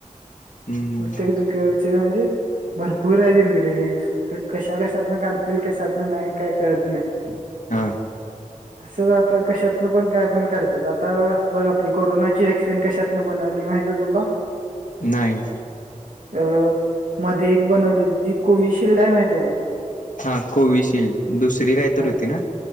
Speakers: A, on the left (about 75°); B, on the right (about 80°).
A: हम्म
B: प्रत्येक दुखेवर ते म्हणजे भरपूर आहेत इन्ग्रेडियंट कशा कशातन काढतील कशातनं नाही काय कळत नाही.
A: हा
B: असं आ कशातनं पण काय पण काढतात आता बघ आपली कोरोनाची व्हॅक्सिन कशातनं बनवली. माहित आहे तुला?
A: नाही
B: अ मध्ये एक बनवलेली ती कोविशिल्ड आहे माहिती आहे काय?
A: हा कोविशिल्ड दुसरी काय
B: हा
A: तर होती ना